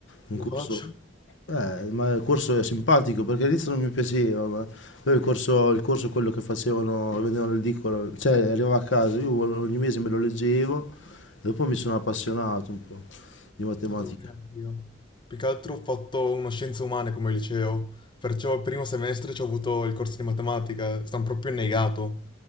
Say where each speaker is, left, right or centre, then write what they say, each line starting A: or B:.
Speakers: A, on the left (about 85°); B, on the left (about 25°).
A: Un
B: Non
A: corso,
B: lo faccio.
A: eh, ma il corso è simpatico perché all'inizio non mi piaceva, ma poi il corso, il corso è quello che facevano, che vendevano l'edicola, cioè arrivava a casa, io ogni mese me lo leggevo e dopo mi sono appassionato un po' di matematica.
B: Eh, Dovrei anch'io. Più che altro ho fatto uno scienze umane come liceo, perciò il primo semestre ci ho avuto il corso di matematica, sono proprio negato.